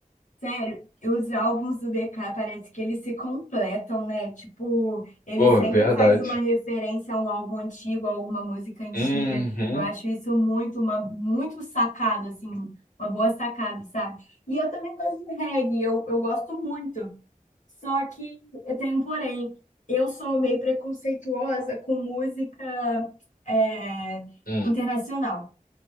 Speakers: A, on the left (about 60°); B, on the left (about 85°).
A: sério, os álbuns do BK parece que eles se completam, né? Tipo, ele
B: Porra,
A: sempre
B: verdade.
A: faz uma referência a um álbum antigo, a alguma música antiga.
B: Uhum.
A: Eu acho isso muito, uma, muito sacado, assim, uma boa sacada, sabe? E eu também gosto de reggae, eu, eu gosto muito. Só que eu tenho um porém. Eu sou meio preconceituosa com música é,
B: Hum.
A: internacional,